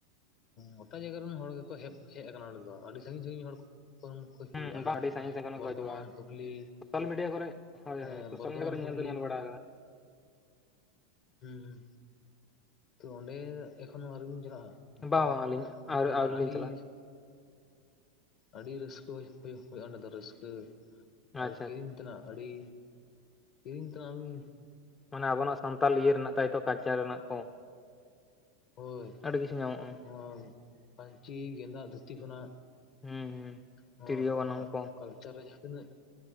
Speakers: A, on the left; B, on the left.
A: ᱜᱚᱴᱟ ᱡᱟᱭᱜᱟ ᱨᱮᱱ ᱦᱚᱲ ᱜᱮᱠᱚ ᱦᱮᱵ ᱦᱮᱡ ᱟᱠᱟᱱᱟ ᱱᱚᱸᱰᱮ ᱫᱚ ᱟᱹᱰᱤ ᱥᱟᱺᱜᱤᱧ ᱥᱟᱹᱜᱤᱧ ᱦᱚᱲ ᱠᱚ ᱯᱩᱱ ᱠᱚ ᱦᱩᱭᱩᱜᱼᱟ
B: ᱦᱩᱸ
A: ᱚᱱᱟ
B: ᱵᱟᱝ ᱟᱹᱰᱤ ᱥᱟᱺᱜᱤᱧ ᱥᱟᱺᱜᱤᱧ ᱠᱷᱚᱱ
A: ᱵᱚᱨᱫᱷᱚᱢᱟᱱ
B: ᱠᱚ ᱦᱤᱡᱩᱜᱼᱟ
A: ᱦᱩᱜᱽᱞᱤ
B: ᱥᱳᱥᱟᱞ ᱢᱤᱰᱤᱭᱟ ᱠᱚᱨᱮ ᱦᱳᱭ
A: ᱦᱮᱸ
B: ᱦᱳᱭ ᱥᱳᱥᱟᱞ
A: ᱵᱚᱨᱫᱷᱚᱢᱟᱱ
B: ᱢᱤᱰᱤᱭᱟ ᱠᱚᱨᱮ ᱧᱮᱞ
A: ᱦᱩᱜᱽᱞᱤ
B: ᱫᱚ ᱧᱮᱞ ᱵᱟᱲᱟ ᱟᱠᱟᱫᱟ
A: ᱦᱩᱸ ᱛᱚ ᱚᱸᱰᱮ ᱮᱠᱷᱚᱱᱳ ᱟᱹᱣᱨᱤ ᱵᱤᱱ ᱪᱟᱞᱟᱜᱼᱟ
B: ᱵᱟᱝ
A: ᱛᱚ
B: ᱵᱟᱝ ᱟᱹᱞᱤᱧ ᱟᱹᱣᱨᱤ
A: ᱚᱸᱰᱮ
B: ᱟᱹᱣᱨᱤ
A: ᱫᱚ ᱟᱹᱰᱤᱨ
B: ᱞᱤᱧ ᱪᱟᱞᱟᱜᱼᱟ
A: ᱟᱹᱰᱤ ᱨᱟᱹᱥᱠᱟᱹᱭ ᱦᱩᱭ ᱦᱩᱭᱩᱜᱼᱟ ᱚᱸᱰᱮ ᱫᱚ ᱨᱟᱹᱥᱠᱟᱹ ᱟᱨ
B: ᱟᱪᱪᱷᱟ
A: ᱠᱤᱨᱤᱧ
B: ᱟᱪᱪᱷᱟ
A: ᱛᱮᱱᱟᱜ ᱟᱹᱰᱤ ᱠᱤᱨᱤᱧ ᱛᱮᱱᱟᱜᱤᱱ
B: ᱢᱟᱱᱮ ᱟᱵᱚᱱᱟᱜ ᱥᱟᱱᱛᱟᱞ ᱤᱭᱟᱹ ᱨᱮᱱᱟᱜ ᱛᱟᱭᱛᱚ ᱠᱟᱞᱪᱟᱨ ᱨᱮᱱᱟᱜ ᱠᱚ
A: ᱦᱳᱭ
B: ᱟᱹᱰᱤ ᱠᱤᱪᱷᱩ ᱧᱟᱢᱚᱜᱼᱟ
A: ᱱᱚᱣᱟ ᱯᱟᱹᱧᱪᱤ ᱜᱮᱸᱫᱟᱜ ᱫᱷᱩᱛᱤ ᱠᱷᱚᱱᱟᱜ
B: ᱦᱩᱸ ᱦᱩᱸ
A: ᱱᱚᱣᱟ
B: ᱛᱤᱨᱭᱳ
A: ᱟᱵᱚᱱᱟᱜ
B: ᱵᱟᱱᱟᱢ ᱠᱚ
A: ᱠᱟᱞᱪᱟᱨ ᱨᱮ ᱡᱟᱦᱟᱸ ᱛᱤᱱᱟᱹᱜ